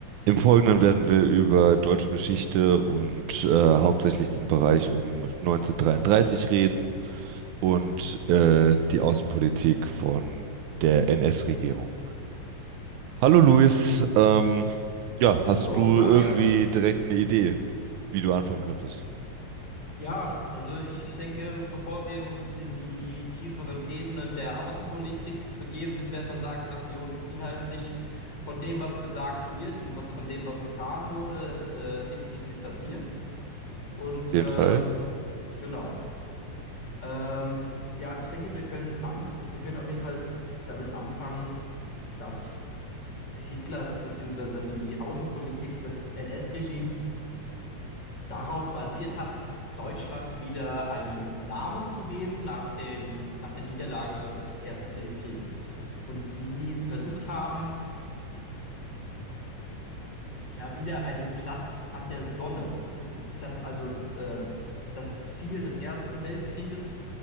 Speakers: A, on the right; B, on the left.
A: Im Folgenden werden wir über deutsche Geschichte und äh, hauptsächlich den Bereich um 1933 reden und äh, die Außenpolitik von der NS-Regierung. Hallo Luis, ähm, ja, hast
B: Hallo
A: du
B: Fabian.
A: irgendwie direkt eine Idee, wie du anfangen könntest?
B: Ja, also ich, ich denke, bevor wir uns in die tieferen Ebenen der Außenpolitik begeben, müssen wir erstmal sagen, dass wir uns inhaltlich von dem, was gesagt wird und was von dem, was getan wurde, äh, definitiv distanzieren. Und
A: Auf jeden
B: ähm,
A: Fall.
B: genau. Ähm, ja, ich denke, wir können anf wir können auf jeden Fall damit anfangen, dass Hitlers beziehungsweise die Außenpolitik des NS-Regimes darauf basiert hat, Deutschland wieder einen Namen zu geben nach dem, nach der Niederlage des Ersten Weltkrieges. Und sie versucht haben, ja, wieder einen Platz an der Sonne, äh, das also ähm, das Ziel des Ersten Weltkrieges